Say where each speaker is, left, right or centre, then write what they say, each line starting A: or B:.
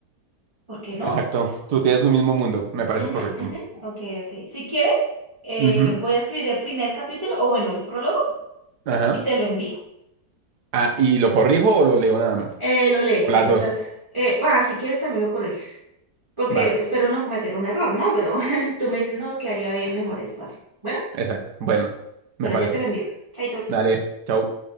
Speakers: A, on the right (about 20°); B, on the right (about 80°).
A: ¿por qué no?
B: Exacto, tú tienes un mismo mundo, me parece
A: Ujú,
B: correcto.
A: ujú, Ok, ok. Si quieres, eh,
B: Ujú,
A: voy a escribir el primer capítulo, o bueno, el prólogo,
B: Ajá.
A: y te lo envío.
B: Ah, ¿y lo corrijo o lo leo nada más?
A: Eh, lo lees
B: O las
A: y vas
B: dos.
A: a... eh, bueno, si quieres también lo corriges, porque
B: Vale,
A: espero no cometer un error, ¿no? Pero <laughs> tú me dices, no, quedaría bien mejor esto así. Bueno,
B: exacto. Bueno,
A: bueno,
B: me parece.
A: ya te lo envío. Chaitos.
B: Dale, chao.